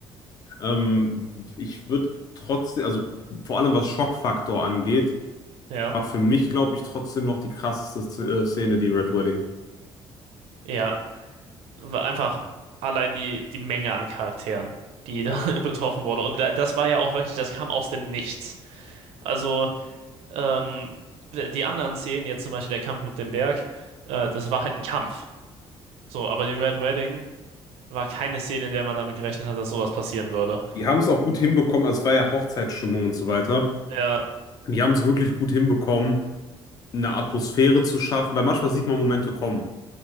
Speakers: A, on the left (about 35°); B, on the right (about 75°).
A: ähm, ich würde trotzdem, also vor allem was Schockfaktor angeht,
B: ja.
A: war für mich, glaube ich, trotzdem noch die krasseste Z- äh, Szene, die Red Wedding.
B: Ja, Weil Einfach allein die, die Menge an Charakteren, die da
A: Ja.
B: <laughs> betroffen wurde. Und da, das war ja auch wirklich, das kam aus dem Nichts. Also, ähm, die anderen Szenen, jetzt zum Beispiel der Kampf mit dem Berg, äh, das war halt ein Kampf. So, aber die Red Wedding war keine Szene, in der man damit gerechnet hat, dass sowas passieren würde.
A: Die haben es auch gut hinbekommen, also es war ja Hochzeitsstimmung und so weiter.
B: Ja,
A: Die haben es wirklich gut hinbekommen, eine Atmosphäre zu schaffen, weil manchmal sieht man Momente kommen.